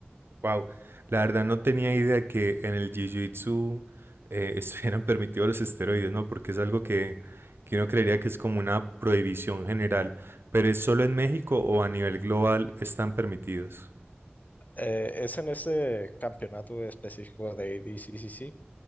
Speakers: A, on the right; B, on the left.
A: Wow, la verdad no tenía idea que en el Jiu-Jitsu eh, <laughs> estuvieran permitidos los esteroides, ¿no? Porque es algo que, que uno creería que es como una prohibición general, pero ¿es solo en México o a nivel global están permitidos?
B: Eh, es en ese campeonato específico de ADCCC